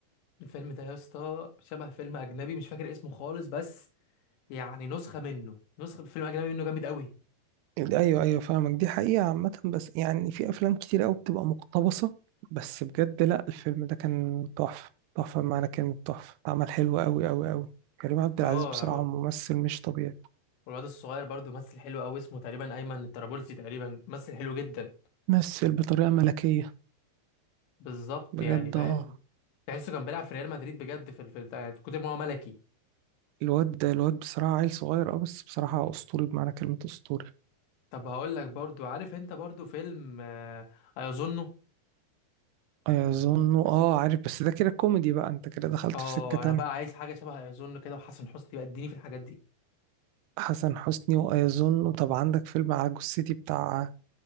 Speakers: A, on the left; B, on the right.
A: الفيلم ده يا اسطى شبه فيلم اجنبي مش فاكر اسمه خالص بس يعني نسخه منه نسخه فيلم اجنبي منه جامد قوي
B: ال- ايوه ايوه فاهمك دي حقيقة عامة بس يعني في افلام كتير قوي بتبقى مقتبسة بس بجد لا الفيلم ده كان تحفة تحفة بمعنى كلمة تحفة اتعمل حلو قوي قوي قوي كريم عبد
A: اه
B: العزيز بصراحة ممثل مش طبيعي
A: والواد الصغير برضو ممثل حلو قوي اسمه تقريبا ايمن الطرابلسي تقريبا ممثل حلو جدا
B: ممثل بطريقة ملكية
A: بالظبط
B: بجد
A: يعني فاهم
B: اه
A: تحسه كان بيلعب في ريال مدريد بجد في في بتاع كتر ما هو ملكي
B: الواد ده الواد بصراحة عيل صغير اه بس بصراحة أسطوري بمعنى كلمة أسطوري
A: طب هقول لك برضو عارف انت برضو فيلم آه، ايظنه
B: ايظن اه عارف بس ده كده كوميدي بقى انت كده دخلت
A: اه
B: في سكة تانية
A: انا بقى عايز حاجه شبه ايظنه كده وحسن حسني بقى اديني في الحاجات دي
B: حسن حسني وايظن طب عندك فيلم على جثتي بتاع